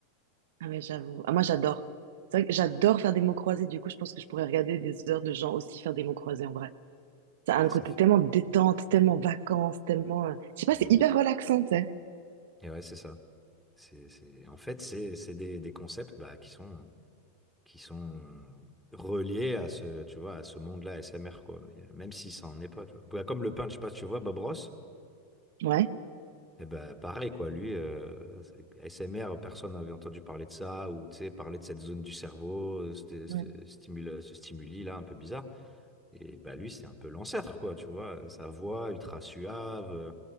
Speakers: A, on the right; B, in the centre.
A: Ah mais j'avoue. Ah, moi, j'adore. C'est vrai que j'adore faire des mots croisés, du coup, je pense que je pourrais regarder des heures de gens aussi faire des mots croisés en vrai. Ça
B: Et
A: a
B: ouais,
A: un côté
B: ça fait
A: tellement détente, tellement vacances, tellement... euh, Je sais pas,
B: de
A: c'est
B: ouf.
A: hyper relaxant, tu sais.
B: Et ouais, c'est ça. C'est, c'est... En fait, c'est c'est des, des concepts bah, qui sont. qui sont reliés à ce, tu vois, à ce monde-là SMR, quoi. Mais, euh, même si ça en est pas, tu vois. Bah, Comme le peintre, je sais pas si tu vois, Bob Ross,
A: Ouais.
B: eh ben, pareil, quoi. Lui, euh, c'est- SMR, personne n'avait entendu parler de ça, ou, tu sais, parler de cette zone du cerveau, euh, c'était- c'était-
A: Ouais,
B: stimule- euh, ce stimuli-là un peu bizarre. Et bah, lui, c'est un peu l'ancêtre, quoi, tu vois. Sa voix ultra suave, euh,